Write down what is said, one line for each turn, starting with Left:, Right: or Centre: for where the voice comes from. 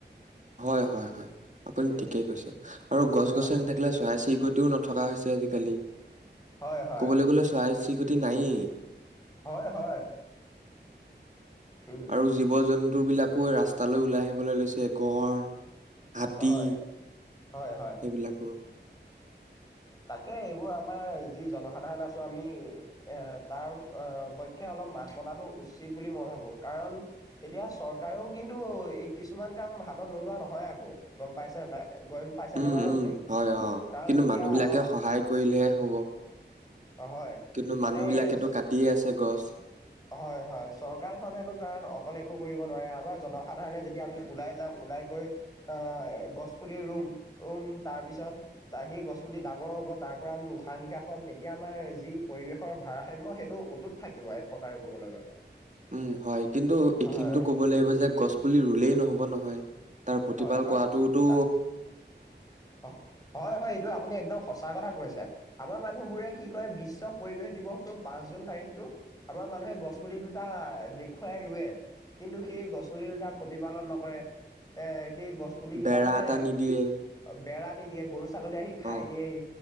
Right: হয় হয় হয় আপুনি
Left: উম
Right: ঠিকেই কৈছে আৰু গছ
Left: হয়
Right: গছনি থাকিলে চৰাই চিৰি কতিও নথকা হৈছে আজিকালি
Left: হয় হয়
Right: ক'বলৈ গ'লে চৰাই চিৰিকতি নায়েই।
Left: হয় হয়। উম
Right: আৰু জীৱ জন্তু বিলাকো ৰাস্তালৈ ওলাই আহিবলৈ লৈছে গঁড়, হাতী,
Left: হয় হয় হয়
Right: সেইবিলাকো।
Left: তাকে এইবোৰ আমাৰ যি জনসাধাৰণ আছো আমি এ তাৰ পক্ষে অলপ- মাত মতাটো উচিত বুলি মই ভাবো কাৰণ, এতিয়া চৰকাৰেও কিন্তু কিছুমান কাম হাতত নোলোৱা নহয় আকৌ গম পাইছে নাই গম পাইছে
Right: উম,
Left: নে বাৰু
Right: উম,
Left: আপুনি
Right: হয়, অ'।
Left: কাৰণ
Right: কিন্তু
Left: এতিয়া,
Right: মানুহবিলাকে
Left: অ
Right: সহায় কৰিলেহে হব
Left: অ হয়
Right: কিন্তু
Left: মানে
Right: মানুহ বিলাকেটো কাটিয়ে আছে, গছ।
Left: হয় হয় চৰকাৰখনেতো কাৰণ অকলে একো কৰিব নোৱাৰে আমাৰ জনসাধাৰণে যদি আমি ওলাই যাম, ওলাই গৈ আহ গছ পুলি ৰুম ৰুম তাৰ পিছত সেই গছ পুলি ডাঙৰ হব, তাৰ পৰা আমি উশাহ নিশাহ পাম তেতিয়া আমাৰ যি পৰিৱেশৰ ভাৰসাম্য সেইটো অটুত থাকিব। উপকাৰে ক'বলৈ গ'লে।
Right: উম হয় কিন্তু এইখিনিতো
Left: হয়
Right: ক'ব লাগিব যে গছ পুলি ৰুলেই নহ'ব নহয়। তাৰ প্ৰতিপাল
Left: হয় হয়
Right: কৰাটোতো
Left: তা অ হয় হয় এইটো আপুনি একদম সঁচা কথা কৈছে আমাৰ মানুহ বোৰে কি কয় বিশ্ব পৰিৱেশ দিৱসতো পাঁচ জুন তাৰিখটো আমাৰ মানুহে গছ পুলি দুটা দেখুৱাই ৰুৱে কিন্তু সেই গছপুলি দুটা প্ৰতিপালন নকৰে এ সেই গছ পুলি কেইটা
Right: বেৰা
Left: মানে
Right: এটা নিদিয়ে।
Left: বেৰা নিদিয়ে গৰু ছাগলী আহি খাই
Right: অ',
Left: দিয়েহি